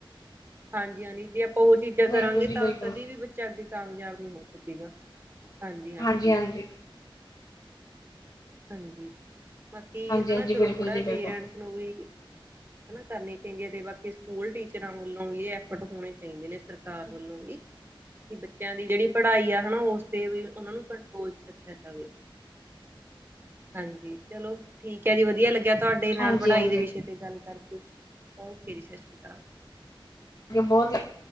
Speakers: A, on the right; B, on the left.
A: ਹਾਂਜੀ-ਹਾਂਜੀ ਜੇ ਆਪਾਂ ਓਹ ਚੀਜ਼ਾਂ
B: ਬਿਲਕੁਲ
A: ਕਰਾਂਗੇ
B: ਜੀ
A: ਤਾਂ
B: ਬਿਲਕੁਲ।
A: ਕਦੇ ਵੀ ਬੱਚਾ ਅੱਗੇ ਕਾਮਯਾਬ ਨਹੀਂ ਹੋ ਸਕੇਗਾ। ਹਾਂਜੀ-ਹਾਂਜੀ।
B: ਹਾਂਜੀ ਹਾਂਜੀ
A: ਹਾਂਜੀ, ਬਾਕੀ
B: ਹਾਂਜੀ
A: ਹੈਨਾ
B: ਹਾਂਜੀ
A: ਚਲੋ
B: ਬਿਲਕੁਲ
A: ਥੋੜਾ
B: ਜੀ ਬਿਲਕੁਲ
A: ਪੇਰੈਂਟਸ ਨੂੰ ਵੀ ਕਰਨੀ ਚਾਈਦੀ ਐ ਤੇ ਬਾਕੀ ਸਕੂਲ ਟੀਚਰਾਂ ਵੱਲੋਂ ਵੀ ਏ ਐਫਰਟ ਹੋਣੇ ਚਾਈਦੇ ਨੇ ਸਰਕਾਰ ਵੱਲੋਂ ਵੀ। ਬੱਚੇਆਂ ਦੀ ਜੇਹੜੀ ਪੜ੍ਹਾਈ ਆ ਹੈਨਾ ਉਸ ਤੇ ਵੀ ਓਹਨਾਂ ਨੂੰ ਕੰਟਰੋਲ ਚ ਰੱਖੇਆ ਜਾਵੇ। ਹਾਂਜੀ ਚਲੋ ਠੀਕ ਐ ਜੀ, ਵਧੀਆ ਲੱਗਿਆ ਤੁਹਾਡੇ ਨਾਲ
B: ਹਾਂਜੀ
A: ਪੜ੍ਹਾਈ
B: ਹਾਂਜੀ
A: ਦੇ ਵਿਸ਼ੇ ਤੇ ਗੱਲ ਕਰਕੇ। ਓਕੇ ਜੀ ਸਸ਼ ਸ੍ਰੀ ਕਾਲ।
B: ਗੇ ਬਹੋਤ ਹੀ